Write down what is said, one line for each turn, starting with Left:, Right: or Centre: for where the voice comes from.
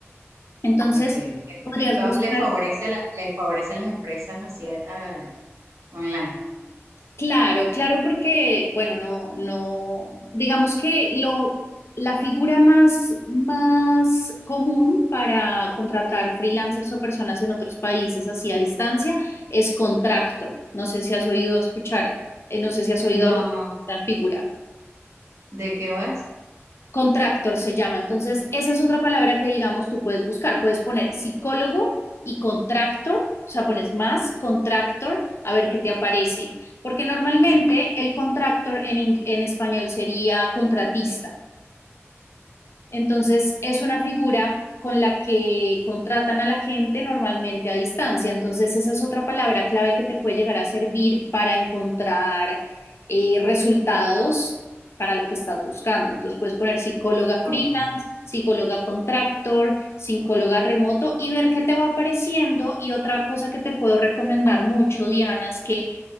Left: Entonces,
Right: Ok, esto,
Left: podrías
Right: esto
Left: buscar
Right: le favorece a la, le favorece a las empresas así ah, online.
Left: Claro, claro, porque, bueno, no, no, digamos que lo, la figura más, más común para contratar freelancers o personas en otros países así a distancia es contractor. No sé si has oído escuchar, eh, no sé si has oído
Right: No,
Left: hablar
Right: no.
Left: de esta figura.
Right: ¿De qué vas?
Left: Contractor se llama. Entonces, esa es otra palabra que, digamos, tú puedes buscar. Puedes poner psicólogo y contractor, o sea, pones más contractor a ver qué te aparece. Porque normalmente el contractor en, ing- en español sería contratista. Entonces, es una figura con la que contratan a la gente normalmente a distancia. Entonces, esa es otra palabra clave que te puede llegar a servir para encontrar eh, resultados para lo que estás buscando. Entonces, puedes poner psicóloga
Right: ok.
Left: freelance, psicóloga contractor, psicóloga remoto y ver qué te va apareciendo. Y otra cosa que te puedo recomendar mucho, Diana, es que